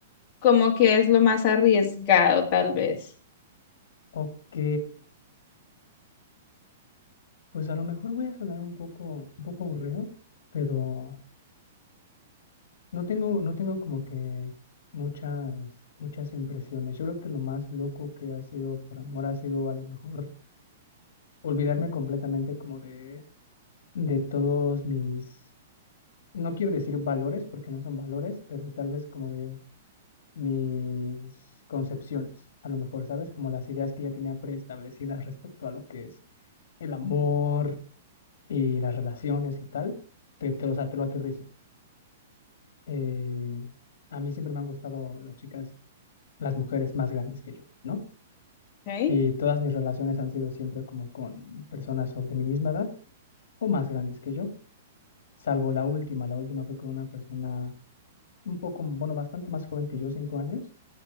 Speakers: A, on the left; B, on the left.
A: Como que es lo más arriesgado, tal vez.
B: Ok, pues a lo mejor voy a sonar un poco, un poco aburrido, pero no tengo, no tengo como que muchas, muchas impresiones. Yo creo que lo más loco que ha sido por amor ha sido a lo mejor olvidarme completamente como de, de todos mis no quiero decir valores porque no son valores, pero tal vez como de mis concepciones, a lo mejor, ¿sabes? Como las ideas que ya tenía preestablecidas respecto a lo que es el amor y las relaciones y tal, te, te, o sea, te lo aterrizo. Eh, a mí siempre me han gustado las chicas, las mujeres más grandes que yo, ¿no?
A: Ok.
B: Y todas mis relaciones han sido siempre como con personas o de mi misma edad o más grandes que yo, salvo la última. La última fue con una persona un poco, bueno, bastante más joven que yo, cinco años,